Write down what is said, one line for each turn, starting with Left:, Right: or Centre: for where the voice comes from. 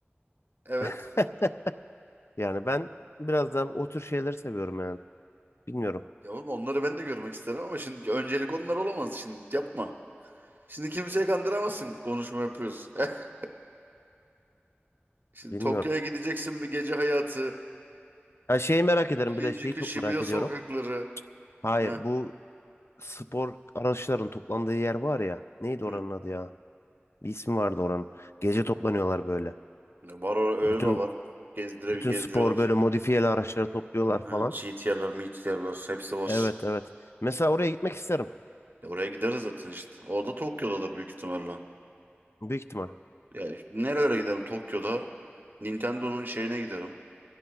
Right: evet.
Left: <laughs> yani ben biraz daha o tür şeyleri seviyorum yani. Bilmiyorum.
Right: Ya oğlum onları ben de görmek isterim ama şimdi öncelik onlar olamaz. Şimdi yapma. Şimdi kimseyi kandıramazsın konuşma yapıyoruz. <laughs> Şimdi
Left: Bilmiyorum.
Right: Tokyo'ya gideceksin bir gece hayatı.
Left: Ha şeyi merak ederim
Right: Shinjuku,
Left: bir de şeyi çok
Right: Shibuya
Left: merak ediyorum.
Right: sokakları.
Left: Hayır
Right: Heh.
Left: bu spor araçların toplandığı yer var ya. Neydi oranın
Right: Hı.
Left: adı ya? Bir ismi vardı oranın. Gece toplanıyorlar böyle.
Right: Var o- öyle
Left: Bütün
Right: de var. Gezdire,
Left: bütün
Right: gezdiriyorlar.
Left: spor böyle modifiyeli araçları topluyorlar falan.
Right: Hı, GTR'lar, MTR'lar hepsi var.
Left: Evet evet. Mesela oraya gitmek isterim.
Right: Ya oraya gideriz zaten işte. O da Tokyo'dadır büyük ihtimalle.
Left: Büyük ihtimal.
Right: Ya işte nerelere giderim Tokyo'da? Nintendo'nun şeyine giderim.